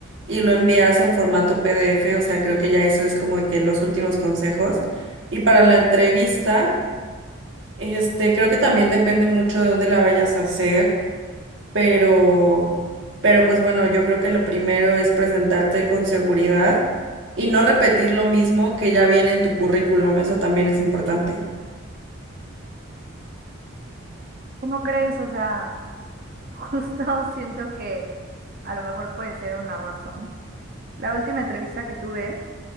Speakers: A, on the right; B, on the right.
A: y lo envías en formato PDF, o sea, creo que ya eso es como de que los últimos consejos. Y para la entrevista, este, creo que también depende mucho de dónde la vayas a hacer pero, pero pues bueno, yo creo que lo primero es presentarte con seguridad y no repetir lo mismo que ya viene en tu currículum, eso también es importante.
B: ¿Cómo crees? O sea, <laughs> justo siento que a lo mejor puede ser una razón. La última entrevista que tuve,